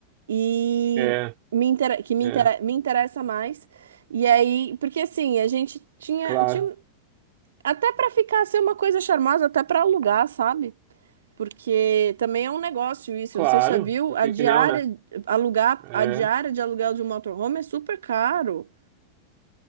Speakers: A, on the right (about 65°); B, on the right (about 45°).
A: E
B: é,
A: me intera, que me,
B: é,
A: intera, me interessa mais. E aí, porque assim, a gente tinha,
B: claro,
A: tinha... até pra ficar ser uma coisa charmosa, até pra alugar, sabe? Porque também é um negócio isso.
B: claro,
A: Você já viu?
B: por
A: A
B: que
A: diária,
B: que não, né?
A: alugar,
B: É,
A: a diária de aluguel de um motorhome é super caro,